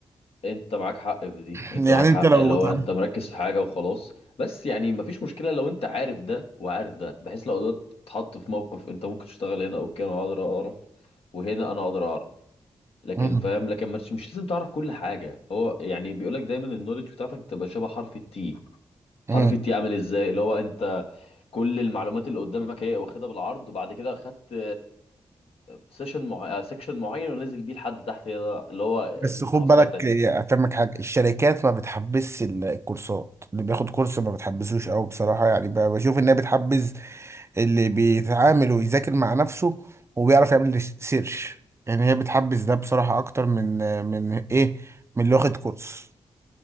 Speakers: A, on the left; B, on the right.
A: انت معاك حق في دي
B: <laughs>
A: انت
B: يعني
A: معاك
B: انت
A: حق
B: لو
A: اللي هو
B: بتعمل
A: انت مركز في حاجه وخلاص بس يعني مفيش مشكله لو انت عارف ده وعارف ده بحيث لو قدرت تتحط في موقف انت ممكن تشتغل هنا اوكي انا اقدر اعرف وهنا انا اقدر اعرف لكن
B: مم.
A: فاهم لكن مش مش لازم تعرف كل حاجه هو يعني بيقول لك دايما النولج بتاعتك تبقى شبه حرف التي
B: مم.
A: حرف التي عامل ازاي اللي هو انت كل المعلومات اللي قدامك هي واخدها بالعرض وبعد كده خدت سيشن مع... سيكشن معين ونزل بيه لحد تحت هي ده اللي هو
B: بس
A: العصايه
B: خد بالك
A: بتاعت التي
B: اه، افهمك حاجة الشركات ما بتحبس ال- الكورسات اللي بياخد كورس ما بتحبسوش قوي بصراحة يعني ب- بشوف انها بتحبس اللي بيتعامل ويذاكر مع نفسه وبيعرف يعمل سيرش يعني هي بتحبس ده بصراحة اكتر من من ايه من اللي واخد كورس